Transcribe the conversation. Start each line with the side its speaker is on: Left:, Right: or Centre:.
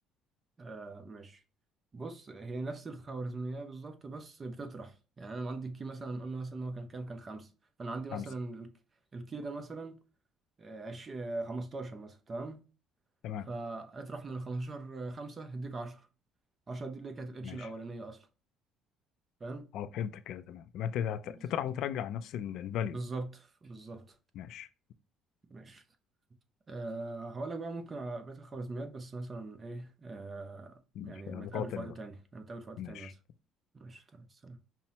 Right: آه ماشي بص هي نفس الخوارزمية بالظبط بس بتطرح يعني أنا لما عندي الكي مثلا قلنا مثلا إن هو كان كام كان خمسة فأنا عندي مثلا
Left: خمسة
Right: الك- الكي ده مثلا آه، عش... آه، 15 مثلا تمام
Left: تمام
Right: فاطرح من ال 15 خمسة هيديك 10 10 دي اللي هي كانت الاتش
Left: ماشي
Right: الأولانية أصلا فاهم
Left: أه فهمتك كده تمام يبقى أنت هت-
Right: بالظبط
Left: تطرح وترجع نفس الفاليو
Right: بالظبط بالظبط
Left: ماشي
Right: ماشي أه هقول لك بقى ممكن على بقية الخوارزميات بس مثلا إيه أه
Left: ماشي
Right: يعني
Left: لقاء
Right: ما تقابل
Left: تاني
Right: في وقت
Left: بقى
Right: تاني نتقابل في وقت
Left: ماشي
Right: تاني مثلا ماشي تمام سلام